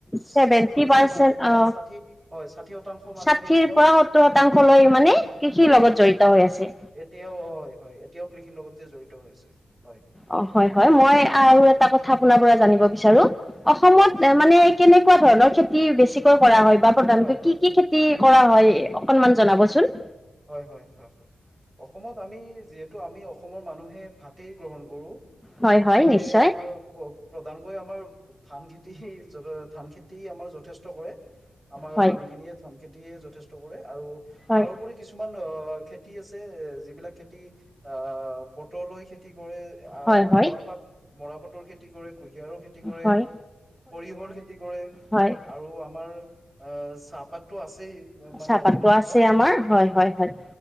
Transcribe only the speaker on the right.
ছিক্সটি পাৰ্চেণ্ট
মান
মানে ষাঠী হয় ষাঠী শতাংশ মানুহে
এতিয়া
হয়
এতিয়াও অ' হয় এতিয়াও কৃষিৰ লগতে জড়িত হৈ আছে হয়।
জনাব
হয় হয়
হয়
হয়
হয় হয়, হয় হয় অসমত আমি যিহেতু আমি অসমৰ মানুহে ভাতেই গ্ৰহণ কৰোঁ
গতিকে
আমাৰ প্ৰধানকৈ আমাৰ ধান খেতি ধান খেতি আমাৰ যথেষ্ট কৰে। আমাৰ
মানুহখিনিয়ে ধান খেতিয়ে যথেষ্ট কৰে আৰু
তাৰোপৰি কিছু কিছুমান অ' খেতি আছে এ, যিবিলাক খেতি আ, ব বতৰলৈ খেতি কৰে, আহ,
মৰাপাট মৰাপাটৰ খেতি কৰে, কুঁহিয়াৰো খেতি কৰে।
সৰিয়হৰ খেতি কৰে
আৰু আমাৰ এ, চাহপাতটো আছেই। মানে
অসম বিখ্যাত।